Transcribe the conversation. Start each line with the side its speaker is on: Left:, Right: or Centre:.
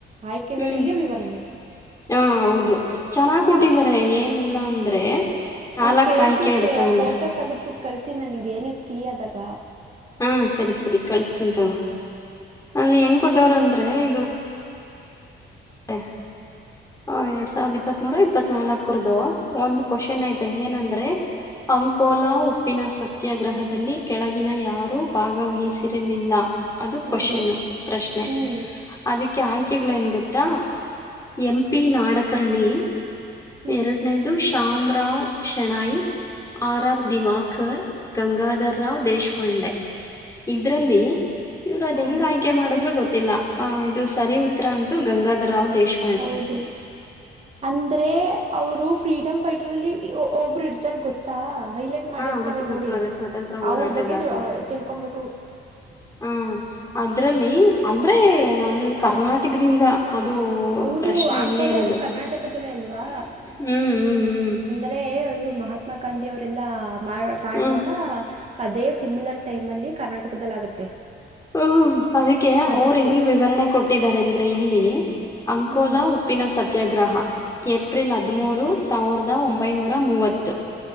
Right: ಆಯ್ಕೆಗಳಿಗೆ
Left: ಹ್ಮ.
Right: ವಿವರಣೆ
Left: ಹಾ ಹೌದು ಚೆನ್ನಾಗ್ ಕುಟ್ಟಿದ್ದಾರೆ
Right: ಅದ
Left: ಏನಿಲ್ಲ ಅಂದ್ರೆ. ನಾಲ್ಕ್
Right: ಒಂದ್ ಪೇಜು
Left: ಆಯ್ಕೆ ಇರ್ತಾವಲ್ಲ
Right: ಪೆ ಫೋಟೋ ತಗದ್ಬಿಟ್ಟು ಕಳಿಸಿ ನನಗೆ ನೀವ್ ಫ್ರೀ ಆದಾಗ.
Left: ಹಾ ಸರಿ ಸರಿ ಕಳಸ್ತೀನಿ ತಗೋ ಅಲ್ಲಿ ಹೆಂಗ್ ಕೊಟ್ಟವ್ರ ಅಂದ್ರೆ ಇದು. ಹ <unintelligible> ಹ ಎರಡ್ ಸಾವಿರದ ಇಪ್ಪತ್ತ್ ಮೂರು ಇಪ್ಪತ್ ನಾಲ್ಕರದು ಒಂದು ಕ್ವಶನ್ ಐತೆ ಏನಂದ್ರೆ. ಅಂಕೋಲಾ ಉಪ್ಪಿನ ಸತ್ಯಾಗ್ರಹದಲ್ಲಿ ಕೆಳಗಿನ ಯಾರು ಭಾಗವಹಿಸಿರಲಿಲ್ಲ. ಅದು
Right: ಹೌದು
Left: ಕ್ವಶನು ಪ್ರಶ್ನೆ
Right: ಹ್ಮ್
Left: ಅದಕ್ಕೆ ಆಯ್ಕೆಗಳು ಏನ್ ಗೊ ತ್ತ ಎಂ ಪಿ ನಾಡಕರ್ಣಿ.
Right: ಹ್ಮ್
Left: ಎರಡನೇದು ಶಾಮರಾವ್ ಶೆಣಾಯಿ ಆರ್
Right: ಹ್ಮ್
Left: ಆರ್ ದಿವಾಕರ್. ಗಂಗಾಧರ ರಾವ್ ದೇಶಪಾಂಡೆ ಇದ್ರಲ್ಲಿ. ಇವ್ರ ಅದ
Right: ಹಾ
Left: ಹೆಂಗ್ ಆಯ್ಕೆ ಮಾಡದ್ರು ಗೊತ್ತಿಲ್ಲ ಆ ಇದು ಸರಿ ಉತ್ತರ ಅಂತು ಗಂಗಾಧರಾವ್ ದೇಶ್
Right: ಹೌದು ಅಂದ್ರೆ ಅವರು ಫ್ರೀಡಂ ಫೈಟರಲ್ಲಿ. ಒ ಒಬೋಬ್ರು ಇರ್ತಾರ ಗೊತ್ತಾ ಹೈಲೈಟ್ ಮಾಡಿರ್ತಾರೆ
Left: ಹಾ ಗೊತ್ತು ಗೊತ್ತು
Right: ನೋಡಿ
Left: ಅದೇ ಸ್ವತಂತ್ರ ಹೋರಾಟಗಾರರು
Right: ಅವ್ರ ಬಗ್ಗೆ ತಿಳ್ <unintelligible> ತಿಳ್ ಕೊಂಬೇಕು.
Left: ಹಾ ಅದರಲ್ಲಿ ಅಂದರೆ ಅಲ್ ಕರ್ನಾಟಕದಿಂದ. ಅದು
Right: ಹೌದು
Left: ಪ್ರಶ್ನೆ
Right: ಆಂಕೋಲ
Left: ಹಂಗೆ ಇರೋದು
Right: ಕರ್ನಾಟಕದಲ್ಲೇ ಅಲ್ವಾ
Left: ಹ್ಮ್ ಹ್ಮ್ ಹ್ಮ್.
Right: ಆದ್ರೆ ಇವ್ರು ಮಹಾತ್ಮ ಗಾಂಧಿ ಅವ್ರೆಲ್ಲ ಮಾಡ ಪಾಡುವಾಗ
Left: ಹ್ಮ್
Right: ಅದೇ ಸಿಮಿಲರ್ ಟೈಮಲ್ಲಿ ಕರ್ನಾಟಕದಲ್ಲ ಆಗುತ್.
Left: ಹ್ಮ ಅದಕ್ಕೆ
Right: ಅದಕ್ಕೆ
Left: ಅವ್ರ ಹೆಂಗ್ ವಿವರಣೆ ಕೊಟ್ಟಿದ್ದಾರೆ ಅಂದ್ರೆ ಇಲ್ಲಿ. ಅಂಕೋಲಾ
Right: ಹ್ಮ್
Left: ಉಪ್ಪಿನ ಸತ್ ತ್ಯಾಗ್ರಹ ಏಪ್ರಿಲ್ ಹದಮೂರು ಸಾವಿರದ ಒಂಬೈನೂರಾ ಮೂವತ್ತು.